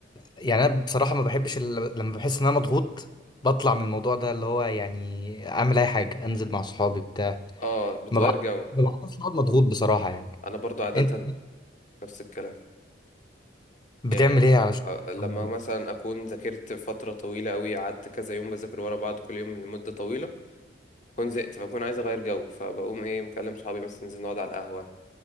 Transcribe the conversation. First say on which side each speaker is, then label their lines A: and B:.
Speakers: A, on the left; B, on the left.
A: يعني انا بصراحه ما بحبش ال... لما بحس ان انا مضغوط بطلع من الموضوع ده اللي هو يعني اعمل اي حاجه انزل مع صحابي بتاع
B: آه بتغير
A: ما بع-
B: جو
A: ما بعرفش اقعد مضغوط بصراحه يعني
B: أنا برضو عادة
A: انت
B: نفس الكلام
A: بتعمل
B: يعني
A: ايه علشان
B: آه، لما
A: تبقى مضغوط؟
B: مثلا اكون ذاكرت فتره طويله قوي قعدت كذا يوم بذاكر ورا بعض كل يوم لمده طويله بكون زهقت فبكون عايز اغير جو فبقوم ايه مكلم صحابي مثلا ننزل نقعد على القهوه